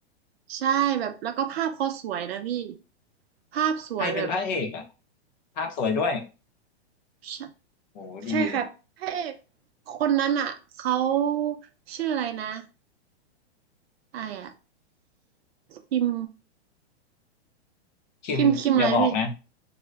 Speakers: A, on the right; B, on the left.
A: ใช่แบบแล้วก็ภาพเขาสวยนะพี่ภาพสวยแบบ
B: ใครเป็นพระเอกอ่ะภาพสวยด้วย
A: ใช่
B: โหดีเลย
A: ใช่ครับพระเอกคนนั้นอ่ะเขาชื่ออะไรนะไอ้อะคิม
B: คิมอย่าบอกนะ
A: คิมคิมอะไรพี่